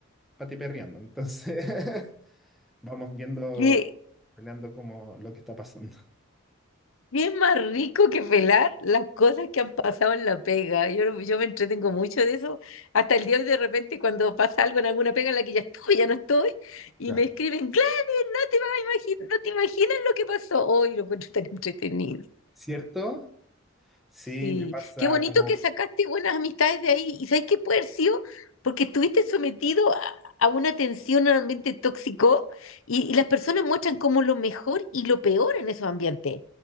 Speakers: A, in the centre; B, on the left (about 70°).
A: patiperreando. Entonces, <laughs> vamos viendo,
B: ¿Qué,
A: peleando como lo que está pasando.
B: qué es más rico que pelar las cosas que han pasado en la pega? Yo, no- yo me entretengo mucho de eso. Hasta el día de hoy, de repente, cuando pasa algo en alguna pega en la que ya estuve, ya no estoy, y
A: Claro.
B: me escriben, claro, no te vas a imaginar, no te imaginas lo que pasó. Hoy lo encuentro tan entretenido.
A: ¿Cierto? Sí,
B: Sí,
A: me pasa
B: qué bonito
A: como,
B: que sacaste buenas amistades de ahí. ¿Y sabes qué puede haber sido? Porque estuviste sometido a, a una tensión, a un ambiente tóxico y, y las personas muestran como lo mejor y lo peor en esos ambientes.